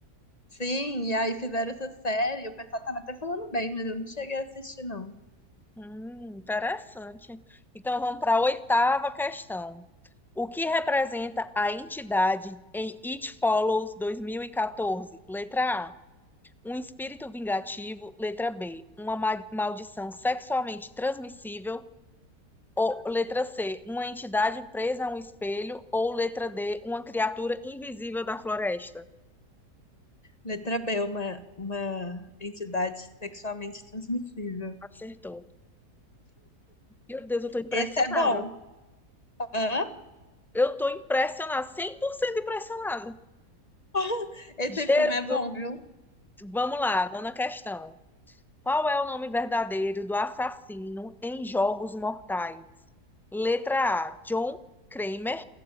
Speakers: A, on the left (about 25°); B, in the centre.
A: Sim, e aí fizeram essa série, o pessoal tava até falando bem, mas eu não cheguei a assistir, não.
B: Hum, interessante. Então vamos para a oitava questão. O que representa a entidade em It Follows 2014? Letra A, um espírito vingativo. Letra B, uma ma- maldição sexualmente transmissível. Ou letra C, uma entidade presa a um espelho. Ou letra D, uma criatura invisível da floresta.
A: Letra B, uma, uma entidade sexualmente transmissível.
B: Acertou. Meu Deus, eu tô impressionada.
A: Esse é bom. Hã?
B: Eu tô impressionada, 100% impressionada.
A: <laughs> Esse
B: Jesus!
A: filme é bom, viu?
B: Vamos lá, nona questão. Qual é o nome verdadeiro do assassino em Jogos Mortais? Letra A, John Kramer,